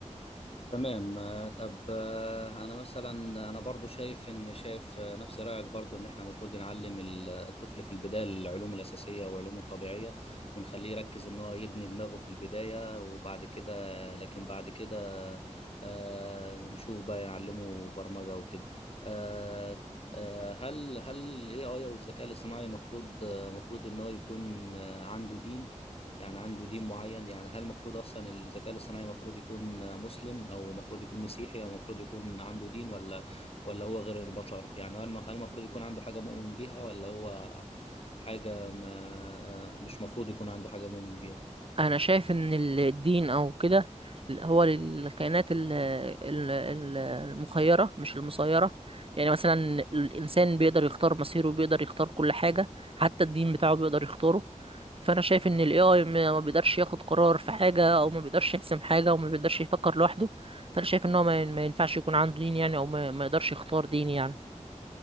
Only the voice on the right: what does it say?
انا شايف ان ال- الدين او كده هو للكائنات ال- ال- ال- المخيره مش المسيره يعني مثلا الانسان بيقدر يختار مصيره بيقدر يختار كل حاجه حتى الدين بتاعه بيقدر يختاره فانا شايف ان الاي اي ما ما بيقدرش ياخد قرار في حاجه او ما بيقدرش يحسم حاجه او ما بيقدرش يفكر لوحده فانا شايف ان هو ما ين- ما ينفعش يكون عنده دين يعني او ما ما يقدرش يختار دين يعني